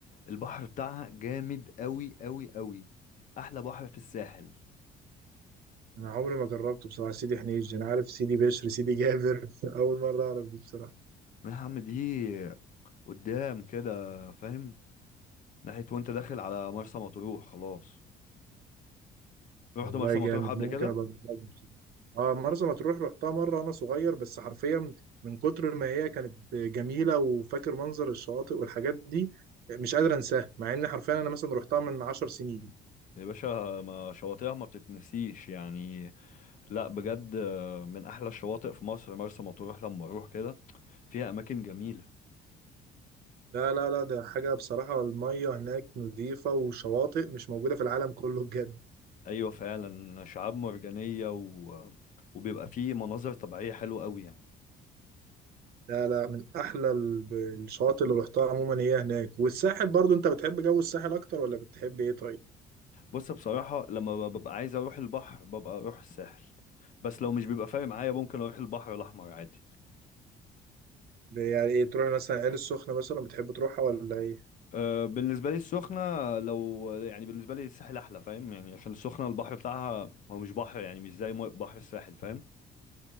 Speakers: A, on the left; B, on the right.
A: البحر بتاعها جامد قوي قوي قوي احلى بحر في الساحل
B: أنا عمري ما جربته بصراحة سيدي حنيش أنا عارف سيدي بشر سيدي جابر <laughs> أول مرة أعرف دي بصراحة
A: نعم دي قدام كده فاهم ناحية وانت داخل على مرسى مطروح خلاص رحت
B: والله
A: مرسى
B: جامد
A: مطروح قبل
B: ممكن
A: كده
B: أبقى أجربها بصراحة آه مرسى مطروح رحتها مرة أنا صغير بس حرفيا من كتر ما هي كانت جميلة وفاكر منظر الشواطئ والحاجات دي مش قادر أنساها مع إن حرفيا أنا مثلا رحتها من عشر سنين
A: يا باشا ما شواطئها ما بتتنسيش يعني لا بجد من احلى الشواطئ في مصر مرسى مطروح لما اروح كده فيها اماكن جميلة
B: لا لا لا ده حاجة بصراحة المية هناك نظيفة وشواطئ مش موجودة في العالم كله بجد
A: ايوه فعلا شعاب مرجانية و... وبيبقى فيه مناظر طبيعية حلوة قوي يعني
B: لا لا من أحلى الب- الشواطئ اللي رحتها عموما هي هناك والساحل برضو أنت بتحب جو الساحل أكتر ولا بتحب إيه طيب؟
A: بص بصراحة لما ببقى عايز اروح البحر ببقى اروح الساحل بس لو مش بيبقى فارق معايا ممكن اروح البحر الاحمر عادي
B: يعني إيه تروح مثلا عين السخنة مثلا بتحب تروحها ولا إيه؟
A: أه بالنسبة لي السخنة لو يعني بالنسبة لي الساحل احلى فاهم يعني عشان السخنة البحر بتاعها هو مش بحر يعني مش زي مو- بحر الساحل فاهم